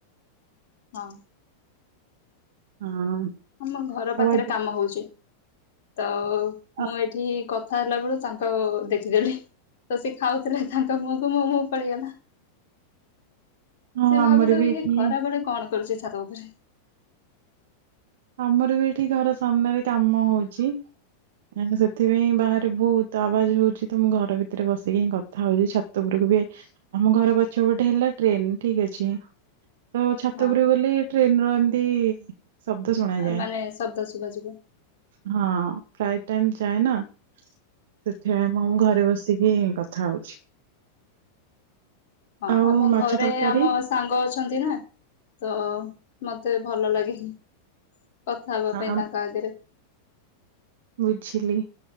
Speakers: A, on the left; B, on the right.
A: ହଁ।
B: ହଁ।
A: ଆମ ଘର ପାଖରେ
B: ଆଉ ଆଜି
A: କାମ ହଉଚି ତ
B: ଆ
A: ମୁଁ ଏଠି କ ଥା ହେଲାବେଳୁ ତାଙ୍କ ଦେଖିଦେଲି ତ ସେ ଖାଉଥିଲେ ତାଙ୍କ ମୁଁହ କୁୁ ମୋ ମୁଁହ ପଡିଗଲା
B: ହଁ
A: ସେ ଭାବୁଥିବେ
B: ଆମର ବି
A: ଇଏ
B: ଏଠି
A: ଖରାବେଳେ କଣ କରୁଚି ଛାତ ଉପରେ।
B: ଆମର ବି ଏଠି ଘର ସାମ୍ନାରେ କାମ ହଉଚି। ଆମେ ସେଥିପାଇଁ ବାହାରେ ବହୁତ ଆବାଜ ହଉଛି ତ ମୁଁ ଘର ଭିତରେ ବସିକି ହିଁ କଥା ହଉଛି ଛା <unintelligible> କୁ ବି ଆମ ଘର ପଛ ଗୋଟେ ହେଲା ଟ୍ରେନ ଠିକ ଅଛି ତ ଛାତଉପୁରକୁ
A: ହଁ
B: ଗଲେ ଟ୍ରେନ ର ଏମିତି ଶବ୍ଦ ଶୁଣାଯାଏ।
A: ମାନେ ଶବ୍ଦ ଶୁଭାଯିବ
B: ହଁ ପ୍ରାୟ ଟାଇମ ଯାଏନା ସେଥିପାଇଁ ମୁ
A: ହଁ
B: ଘରେ ବସିକି କ ଥା ହଉଛି।
A: ହଁ
B: ଆଉ
A: ଆମ
B: ମାଛ
A: ଘରେ
B: ତରକାରୀ
A: ଆମ ସ ସାଙ୍ଗ ଅଛନ୍ତି ନା ତ ମତେ ଭଲ ଲାଗେନି। କଥା ହବା
B: ଆ
A: ପାଇଁ
B: ଆମ୍-
A: ତାଙ୍କ ଆଗରେ।
B: ବୁଝିଲି।